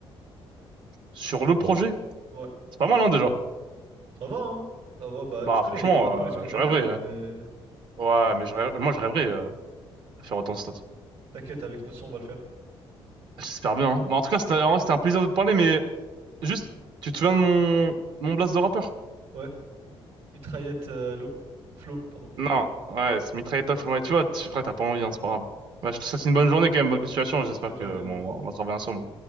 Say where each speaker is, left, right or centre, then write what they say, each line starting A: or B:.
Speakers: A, on the right (about 50°); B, on the right (about 75°).
A: Sur le projet,
B: Ouais,
A: c'est pas mal, hein, déjà.
B: ça va, hein. Ça va, bah
A: Bah,
B: tu connais,
A: franchement,
B: les rappeurs ils sont millionnaires,
A: euh, je rêverais,
B: hein,
A: ouais.
B: mais
A: Ouais, mais je rêve- moi, je rêverais, euh, de faire autant de stats.
B: t'inquiète, avec notre son on va le faire.
A: J'espère bien, hein. Mais en tout cas, c'était en vrai, c'était un plaisir de te parler, mais juste, tu te souviens de mon, mon blast de rappeur?
B: Ouais, M- mitraillette, euh, l'eau. Flo, pardon.
A: Non, ouais, c'est Mitrailletov. Ouais, tu vois, tu crois que t'as pas envie, hein, c'est pas grave. Bah, je te souhaite une bonne journée quand même, bonne continuation. J'espère
B: Bonne journée,
A: que bon,
B: bonne journée.
A: on va travailler ensemble.